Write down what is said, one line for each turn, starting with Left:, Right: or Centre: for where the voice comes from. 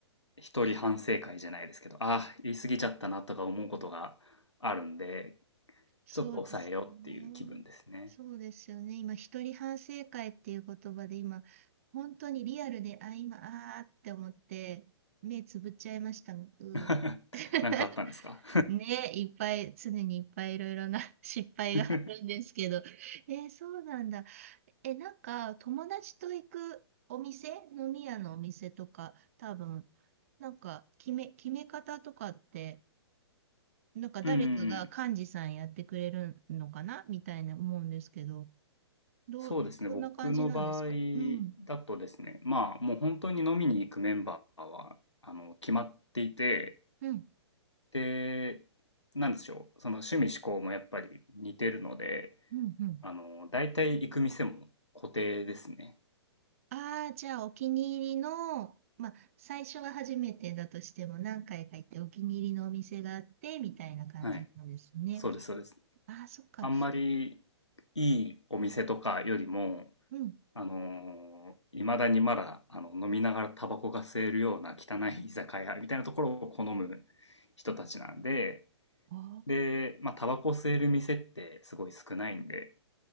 Left: 一人反省会じゃないですけど、ああー、言い過ぎちゃったなとか思うことがあるんで、
Right: そうですよね。
Left: ちょっと抑えようっていう気分ですね。
Right: そうですよね。今、一人反省会っていう言葉で今、本当にリアルで、あ、今、あーって思って、目つぶっちゃいましたもん。うー
Left: <laughs>
Right: <laughs>
Left: なんかあったんですか
Right: ね、いっぱい、常にいっぱいいろいろな <laughs> 失敗があるんですけど。
Left: <laughs>
Right: えーそうなんだ。え、なんか、友達と行くお店、飲み屋のお店とか、多分、なんか、決め、決め方とかって、なんか誰かが幹事さんやってくれるのかなみたいな思うんですけど、
Left: うん、
Right: どう、
Left: そうですね。
Right: どんな感じなんですかうん、
Left: 僕の場合だとですね、まあもう本当に飲みに行くメンバーはあの決まっていて、
Right: うん、
Left: で、なんでしょう、その趣味嗜好もやっぱり似てるので、
Right: うん、うん。
Left: あの大体行く店も固定ですね。
Right: ああ、じゃあお気に入りの、まあ、最初は初めてだとしても何回か行ってお気に入りのお店があって、みたいな感じなんですね。
Left: はい、そうです、そうです。
Right: ああ、そっか。
Left: あんまりいいお店とかよりも、
Right: うん。
Left: あのいまだにまだあの飲みながらタバコが吸えるような汚い居酒屋みたいなところを好む人たちなんで、
Right: ああ、
Left: で、まあ、タバコ吸える店ってすごい少ないんで、